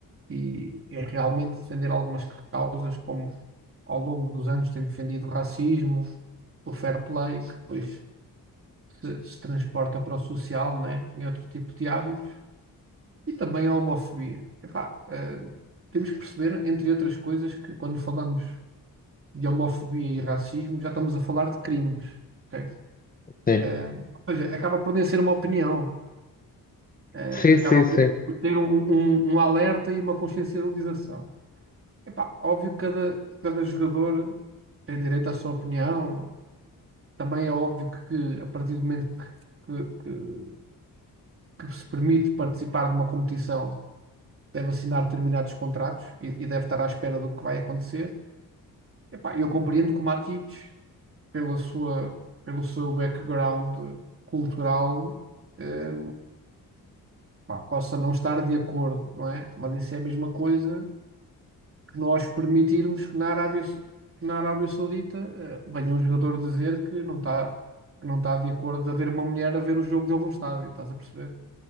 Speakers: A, on the right (about 40°); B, on the left (about 25°).
A: e, e realmente defender algumas causas, como ao longo dos anos tem defendido o racismo, o fair play, que depois se, se transporta para o social, né, e outro tipo de hábitos. E também a homofobia. Epá, eh, temos que perceber, entre outras coisas, que quando falamos de homofobia e racismo, já estamos a falar de crimes. ok?
B: Sim,
A: Eh, ou seja, acaba por nem ser uma opinião, eh,
B: sim,
A: acaba
B: sim, sim,
A: por ter um, um- um alerta e uma consciencialização. Epá, óbvio que cada, cada jogador tem direito à sua opinião. Também é óbvio que, que a partir do momento que, que- que- que se permite participar de uma competição deve assinar determinados contratos e, e deve estar à espera do que vai acontecer. Epá, eu compreendo que o Matites, pela sua, pelo seu background cultural, eh, pá, possa não estar de acordo, não é? Mas isso é a mesma coisa que nós permitirmos que na Arábia, Sau- que na Arábia Saudita, eh, venha um jogador dizer que não está, que não está de acordo de haver uma mulher a ver o jogo dele num estádio, estás a perceber?